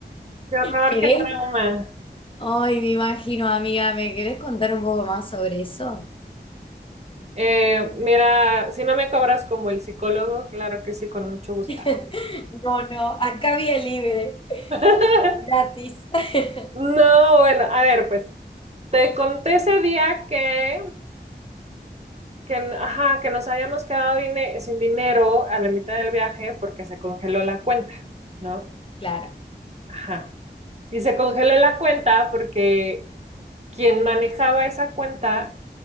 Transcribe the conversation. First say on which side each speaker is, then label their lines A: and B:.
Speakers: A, on the right; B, on the left.
A: Qué horror,
B: ¿Querés?
A: qué trauma.
B: Ay, me imagino, amiga, ¿me querés contar un poco más sobre eso?
A: Eh, mira, si no me cobras como el psicólogo, claro que sí, con mucho gusto.
B: <laughs> No, no, acá vía libre,
A: <laughs>
B: gratis. <laughs>
A: No, bueno, a ver, pues te conté ese día que, que, ajá, que nos habíamos quedado dine- sin dinero a la mitad del viaje porque se congeló la cuenta, ¿no?
B: Claro.
A: Ajá. Y se congeló la cuenta porque quien manejaba esa cuenta